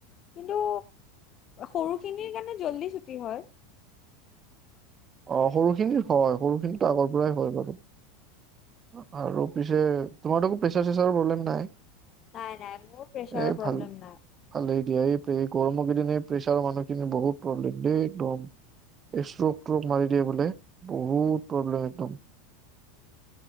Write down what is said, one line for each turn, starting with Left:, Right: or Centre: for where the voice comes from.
Left: কিন্তু সৰু- খিনিৰ কাৰণে জল্দি ছুটি হল।
Right: অঁ সৰুখিনি হয় সৰুখিনিতো আগৰ পৰাই হয় বাৰু। <unintelligible> আৰু পিছে তোমাৰটো একো প্ৰেচাৰ চেচাৰ প্ৰব্লেম নাই।
Left: নাই নাই মোৰ প্ৰেচাৰৰ
Right: এই
Left: প্ৰব্লেম
Right: ভাল,
Left: নাই
Right: ভালেই দিয়া এই। এই গৰম কেইদিননে প্ৰেছাৰৰ মানুহখিনি বহুত প্ৰব্লেম দেই একদম এক্। তোক মাৰি দিয়ে বোলে বহুত প্ৰব্লেম একদম।